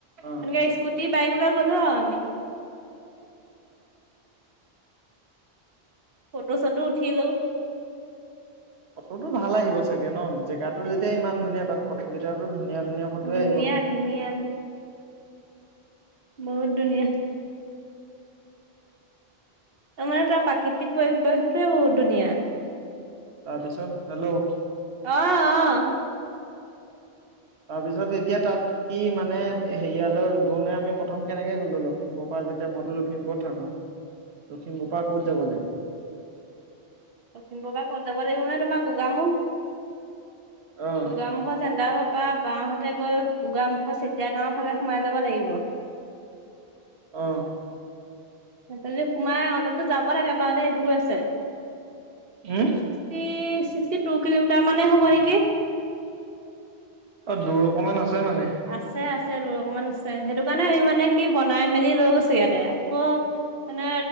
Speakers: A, on the right; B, on the right.
A: অ',
B: এনেকে স্কুটি বাইক বা গ'লো আমি। ফ'টটো চটো উঠি লওঁ।
A: ফটোতো ভাল আহিব চাগে ন জেগাতো
B: এ
A: যেতিয়া ইমান ধুনীয়া তাত ফটো কেইটা ধুনীয়া। ধুনীয়া ফটোয়ে
B: ধুনীয়া
A: আহিব।
B: ধুনীয়া বহুত ধুনীয়া। তাৰ মমানে তাৰ প্ৰাকৃতিক পৰি বেশটোৱে বহুত ধুনীয়া।
A: তাৰপিছত হেল্ল'।
B: আহ আহ।
A: তাৰ পিছত এতিয়া তাত কি মানে হেৰিয়ালৈ গ ন আমি প্ৰথম কেনেকে গ'লো লখিমপুৰ পৰা। তেতিয়া মইতো লখিমপুৰত থাকো, লখিমপুৰ পৰা ক'ত যাব লাগিব।
B: লখিমপুৰ পৰা কত যাব লাগিব মানে তোমাৰ গগা মুখ।
A: অ',
B: গগা মুখ জন্দা হ। তাৰ বওঁহাতে গৈ গগা মুখত চেতিয়া গাওৰ ফালে সোমাই যাব লাগিব।
A: অ'।
B: সেইফালে সোমাই অলপ দো যাব লাগে দে দূৰ আছে।
A: উম,
B: ছিক্সথি ছিক্স। থু কিলোমিটাৰ মানে হব নেকি।
A: অ', দূৰ অকমান আছে। মানে।
B: আছে আছে। আৰু অকমান আছে সেইটো কাৰণে কি মানে কি বনাই মেলি লৈ গৈছো ইয়াতে আকৌ। মানে